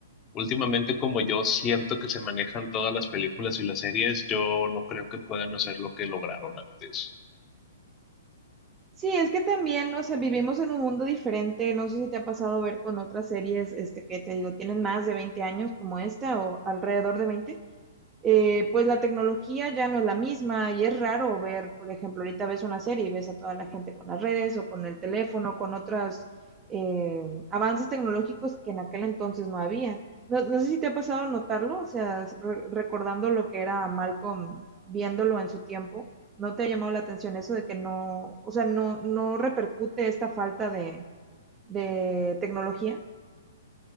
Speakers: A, on the left (about 25°); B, on the right (about 15°).
A: Últimamente, como yo siento que se manejan todas las películas y las series, yo no creo que puedan hacer lo que lograron antes.
B: Sí, es que también, o sea, vivimos en un mundo diferente. No sé si te ha pasado ver con otras series, este, que te digo, tienen más de 20 años como esta o alrededor de 20 eh, pues la tecnología ya no es la misma y es raro ver, por ejemplo, ahorita ves una serie y ves a toda la gente con las redes o con el teléfono, con otros eh, avances tecnológicos que en aquel entonces no había. No, no sé si te ha pasado notarlo, o sea, re- recordando lo que era Malcolm viéndolo en su tiempo, ¿no te ha llamado la atención eso de que no, o sea, no, no repercute esta falta de, de tecnología?